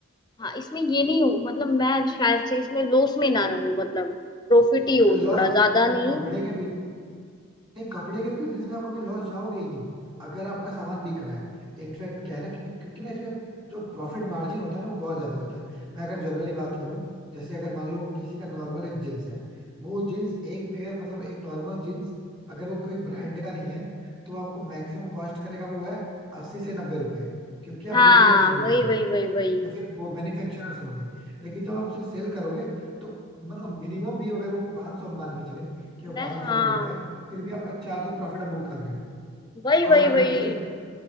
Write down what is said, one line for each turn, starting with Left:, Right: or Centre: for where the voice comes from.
Left: हाँ इसमें ये नहीं हो मतलब मैं शायद से इसमें लॉस में ना रहूं मतलब प्रॉफिट ही हो
Right: लॉस
Left: थोड़ा
Right: में
Left: ज्यादा
Right: देखो
Left: नहीं
Right: कपड़े के नहीं कपड़े के बिजनेस में आप कभी लॉस जाओगे ही नहीं अगर आपका सामान बिक रहा है इनफैक्ट क्या है ना कि क्योंकि ना इसमें जो प्रॉफिट मार्जिन होता है ना वो बहुत ज्यादा होता है मैं अगर जनरली बात करूं जैसे अगर मान लो किसी का नॉर्मल एक जींस है वो जींस एक पेयर मतलब एक नॉर्मल जींस अगर वो कोई ब्रांड का नहीं है तो आपको मैक्सिमम कॉस्ट करेगा वो है अस्सी से नब्बे रुपए क्योंकि आप
Left: हाँ
Right: रिटेलर से लोगे
Left: वही
Right: डायरेक्ट
Left: वही वही वही
Right: या फिर वो मैन्युफैक्चरर्स लोगे लेकिन जब आप उसे सेल करोगे तो मतलब मिनिमम भी अगर वो 500 सौ मान के चले कि वो
Left: मैं
Right: 500
Left: हाँ
Right: का बिकता है फिर भी आपका 400 प्रॉफिट आप बुक कर रहे हो
Left: वही वही
Right: और अगर
Left: वही
Right: जैसे